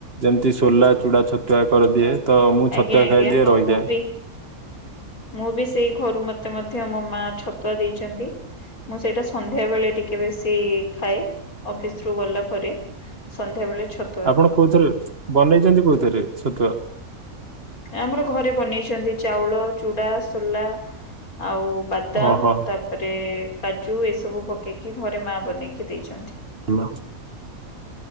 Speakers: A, on the right; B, on the left.
A: ଯେମିତି ସୋଲା ଚୁଡ଼ା ଛତୁଆ କରିଦିଏ। ତ ମୁଁ ଛତୁଆ
B: ଆଜ୍ଞା ଆଜ୍ଞା
A: ଖାଇ ଦିଏ
B: ହଁ
A: ରହିଯାଏ।
B: ମୁଁ ବି ମୁଁ ବି ସେଇ ଘରୁ ମତେ ମଧ୍ୟ ମୋ ମା ଛତୁଆ ଦେଇଛନ୍ତି। ମୁଁ ସେଇଟା ସନ୍ଧ୍ୟା ବେଳେ ଟିକେ ବେଶୀ ଖାଏ। ଅଫିସ ରୁ ଗଲା ପରେ ସନ୍ଧ୍ୟାବେଳେ ଛତ
A: ଆପଣ କୋଉଥିରେ ବନେଇଛନ୍ତି କୋଉଥିରେ ଛତୁଆ?
B: ଆମର ଘରେ ବନେଇଛନ୍ତି ଚାଉଳ ଚୁଡ଼ା ସୋଲା ଆଉ ବାଦାମ
A: ଓହୋ
B: ତା ତାପରେ କାଜୁ ଏ ସବୁ ପକେଇକି ଘରେ ମା ବନେଇକି ଦେଇଛନ୍ତି।
A: ଲ